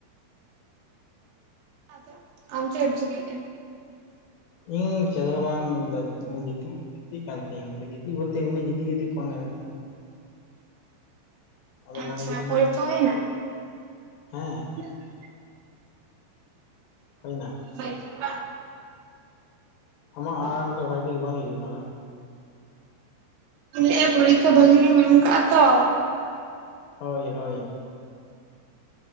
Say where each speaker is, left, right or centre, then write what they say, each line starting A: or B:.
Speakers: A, on the right; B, on the left.
A: ᱟᱫᱚ ᱟᱢ ᱪᱮᱜ ᱮᱢ ᱪᱤᱠᱟᱹᱭᱮ ᱛᱮ,
B: ᱤᱧ ᱪᱮᱫ ᱦᱚᱸ ᱵᱟᱝ ᱡᱟᱯ ᱜᱤᱛᱤᱜ, ᱜᱤᱛᱤ ᱠᱟᱱ ᱛᱤᱧ ᱜᱤᱛᱤ ᱵᱚᱞᱛᱮ ᱮᱢᱱᱤ ᱜᱤᱛᱤᱜ ᱜᱤᱛᱤᱜ ᱯᱷᱳᱱ ᱧᱮᱞ ᱛᱤᱧ, ᱟᱫᱚ
A: ᱟᱪᱪᱷᱟ
B: ᱢᱚᱱᱮ ᱠᱤᱫᱟᱹᱧ
A: ᱯᱚᱨᱤ ᱪᱚᱭᱱᱟ,
B: ᱦᱮᱸ ᱦᱮᱸ᱾
A: <inaudible>
B: ᱦᱩᱭᱱᱟ,
A: <unintelligible>
B: ᱟᱢᱟᱜ ᱟᱲᱟᱝ ᱴᱟ ᱵᱷᱟᱜᱤ ᱵᱟᱝ ᱦᱤᱡᱩᱜ ᱠᱟᱱᱟ᱾
A: <unintelligible> <unintelligible> ᱯᱚᱨᱤᱜᱪᱷᱟ ᱵᱷᱟᱜᱤ ᱜᱮᱢ ᱮᱢ ᱠᱟᱜ-ᱟ ᱛᱚ,
B: ᱦᱳᱭ ᱦᱳᱭ